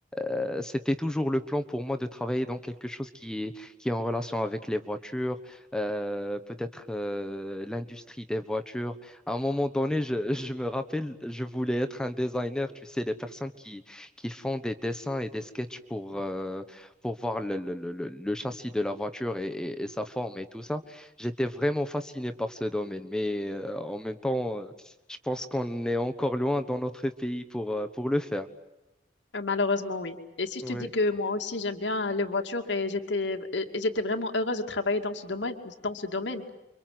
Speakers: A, in the centre; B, on the left.
A: euh, c'était toujours le plan pour moi de travailler dans quelque chose qui est, qui est en relation avec les voitures, euh, peut-être euh, l'industrie des voitures. À un moment donné, je, <laughs> je me rappelle, je voulais être un designer, tu sais, les personnes qui, qui font des dessins et des sketchs pour, euh, pour voir le, le, le, le- le châssis de la voiture et et- et sa forme et tout ça. J'étais vraiment fasciné par ce domaine, mais euh, en même temps, euh, je pense qu'on est encore loin dans notre pays pour, euh, pour le faire.
B: Euh, Malheureusement, oui. Et si je
A: Ouais.
B: te dis que moi aussi, j'aime bien les voitures et j'étais et et j'étais vraiment heureuse de travailler dans ce domaine, dans ce domaine.